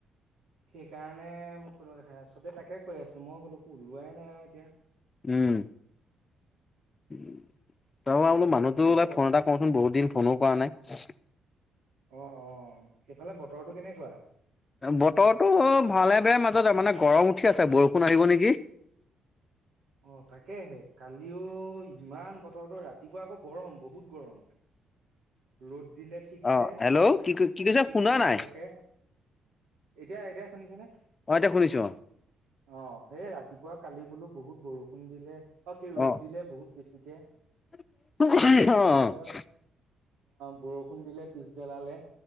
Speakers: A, on the right; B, on the left.
A: সেইকাৰণে মোক কনে দেখা চবে তাকে কৈ আছে মই ক'লো ওলোৱাই নাই আৰু এতিয়া
B: উম উ
A: সেইটোৱে
B: তই বোল মানুহতো
A: বাকী
B: ওলাই
A: বত
B: ফোন এটা কওঁচোন বহুত দিন ফোনো কৰা নাই চিক
A: অ অ এইফালে বতৰটো কেনেকুৱা?
B: বতৰটো ভালে বেয় মাজতে মানে গৰম উঠি আছে বৰষুণ আহিব নেকি
A: অ তাকেহে কালিও ইমান বতৰত ৰাতিপুৱা আকৌ গৰম বহুত গৰম ৰ'দ দিলে ঠিকছে
B: অ' হেল্ল' কি
A: গ পিঠি
B: কি কৈছে শুনা
A: পুৰি
B: নাই।
A: যোৱাকে এতিয়া এতিয়া শুনিছনে
B: অ এতিয়া শুনিছো
A: অ সেই ৰাতিপুৱা কালি বোলো বহুত বৰষুণ দিলে ব কি ৰ'দ
B: অ'
A: দিলে বহুত বেছিকে
B: অ
A: তাৰপিছত বৰষুণ দিলে পিছবেলালে।